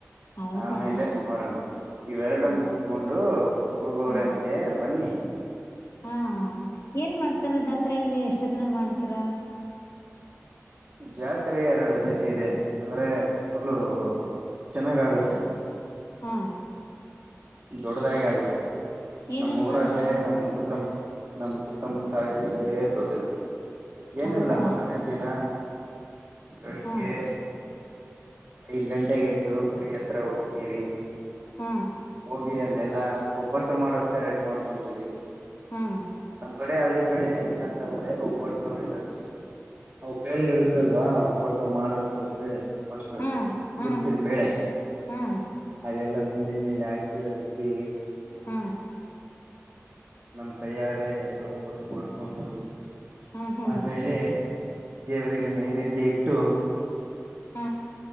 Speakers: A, on the left; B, on the right.
A: ಹೌದಾ
B: ಆಮೇಲೆ ಮೊಹರಂ ಇವೆರಡೂ
A: ಹಾ
B: ಮುಗಿಸಕೊಂಡು ಹೋಗುರಂತೆ
A: ಹಾ
B: ಬನ್ನಿ
A: ಹಾ ಏನ್ ಮಾಡ್ತಾರೆ ಜಾತ್ರೆಯಲ್ಲಿ ಎಷ್ಟು ದಿನ ಮಾಡ್ತೀರ
B: ಜಾತ್ರೆ ಎರಡು ದಿನೆ ಇದೆ ಅಂದ್ರೆ ಪುಲ್ಲು ಚೆನ್ನಾಗ ಆಗುತ್ತೆ
A: ಹ
B: ದೊಡ್ಡದಾಗೆ ಆಗುತ್ತೆ
A: ಏನನ್
B: ನಮ್ಮ ಊರಲ್ಲೇ
A: ಮಾಡ್ತಾರ
B: ನಮ್ಮ್ ಸುತ್ತ ಮು ನಮ್ಮ ಸುತ್ತಮುತ್ತ ಹಳ್ಳಿಯಲ್ಲೇ ದೊಡ್ಡದು ಏನಿಲ್ಲ
A: ಹೌದಾ
B: ಮೊದಲನೇ ದಿನ ಬೆಳಿಗ್ಗೆ
A: ಹಾ
B: ಐದು ಗಂಟೆಗೆ ಎದ್ದು ಗುಡಿ ಹತ್ರ ಹೋಗ್ತೀವಿ
A: ಹ
B: ಹೋಗಿ ಅಲ್ಲಿ ಎಲ್ಲಾ ಒಬ್ಬಟ್ಟು ಮಾಡೋಕೆ ರೆಡಿ ಮಾಡ್ಕೊಂತೀವಿ
A: ಹಾ
B: ನಮ್ ಕಡೆ ಹಳ್ಳಿ ಕಡೆ ಹೆಂಗಂತಂದ್ರೆ ಒಬ್ಬಟ್ಟು ಇವೆ ಹ ಬೇಳೆ ಇರುತ್ತಲ್ವಾ ಒಬ್ಬಟ್ಟು ಮಾಡೋಕೆ ಬೇಳೆ ಫಸ್ಟು
A: ಹಾ ಹಾ
B: ಕುದಿಸಿದ
A: ಹಾ
B: ಬೆೇಳೆ
A: ಹಾ
B: ಅದೆಲ್ಲ ಗುಂಡಿನ ಮೇಲ್ ಆಕಿ ರುಬ್ಬೀ
A: ಹ
B: ನಮ್ ಕೈಯಾರೆ ಎಲ್ಲಾ ಒಬ್ಬಟ್ಟು ಮಾಡ್ಕೊಂಡು
A: ಹ್ಮ್ ಹ್ಮ್
B: ಆಮೇಲೆ ದೇವರಿಗೆ ನೈವೇದ್ಯ ಇಟ್ಟು
A: ಹ